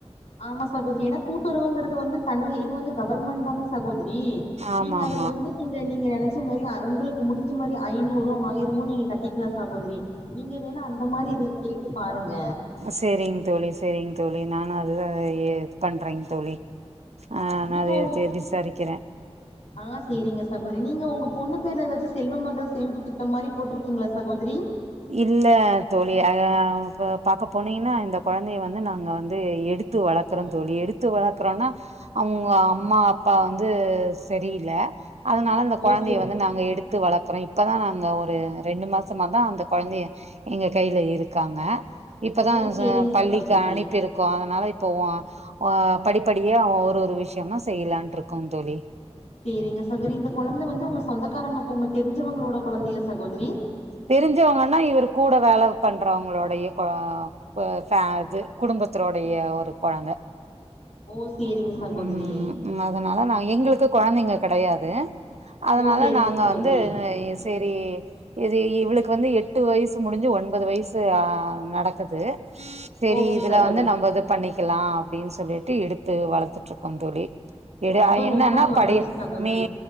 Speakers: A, on the left (about 85°); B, on the right (about 75°).
A: ஆமா சகோதரி ஏனா கூட்டுறவுங்கிறது வந்து தனியா இது வந்து கவர்மெண்ட் தானே ச கோதரி
B: ஆமா
A: நீங்க அதுல
B: ஆமா
A: வந்து நீங்க நீங்க நெனைச்ச மாரி உங்களுக்கு முடிஞ்ச மாரி ஐநூறோ ஆயிரமோ நீங்க கட்டிக்லா சகோதரி நீங்க வேணா அந்த மாரி இதில கே ட்டு பாருங்க
B: செரிங்க தோழி செரிங்க தோழி நானு அததா இது பண்றேங் தோழி ஆ
A: நீங்க
B: நா
A: உங்க
B: அத விசாரிக்கிற
A: ஆ சேரிங்க சகோதரி நீங்க ஒங்க பொண்ணு பேருல ஏதாச்சு செல்வ மகள் சேமிப்பு திட்டொ மாரி போட்டிருக்கீங்ளா சகோதரி
B: இல்ல தோழி அத இப்ப பாக்க போனீங்னா இந்த கொழந்தைய வந்து நாங்க வந்து எடுத் து வளர்க்றோ தோழி எடுத்து வளர்க்றோனா அவுங்க அம்மா அப்பா வந்து செரி இல்ல அதனால அந்த கொழந்தய
A: ஓ சரி
B: வந்து நாங்க எடுத்து வளக்றோ இப்போதா நாங்க ஒரு ரெண்டு மாசமா தா அந்த கொழந்தய எங்க கைல இருக்காங்க இப்பதா
A: ஓ சேரிங்க
B: ச பள்ளிக்கு
A: சகோதரி
B: அனுப்பிருக் க்கோ அதனால இப்போ ஆ படிப்படியா ஒரு ஒரு விஷயமா த செய்யலான்ருக்கொ தோழி
A: செரிங்க சகோரி இந்த கொழந்த வந்து ஒங்க சொந்தக்காரங்க பொண்ணு ஒங்க தெரிஞ்சவங்களோட கொழந்தயா சகோதரி
B: தெரிஞ்சவங்கன்னா இவரு கூட வேல பண்றவங்களோடைய கொ அ ஃப அது குடும்பத்தோடைய ஒரு கொழந்த
A: ஓ சேரிங்க
B: அ
A: சகோதரி
B: ம் அதனால நா எங்களுக்கு கொழந்தைங்க கெடையாது அதனால
A: ஓ சேரிங்க
B: நாங்க
A: சகோதரி
B: வந்து செரி இது இவளுக்கு வந்து எட்டு வயசு முடிஞ்சு ஒம்போது வயசு ஆ நடக்குது செரி
A: ஓகே
B: இதுல
A: சகோதரி
B: வந்து நம்ம இது பண்ணிக்கலா அப்டின்னு சொல்லிட்டு எடுத்து வளத்துட்டுருக்கோ தோழி எடயா
A: ரொம்ப ரொம்ப
B: என்னன்னா
A: மகிழ்ச்சி
B: படைய
A: சகோதரி
B: மே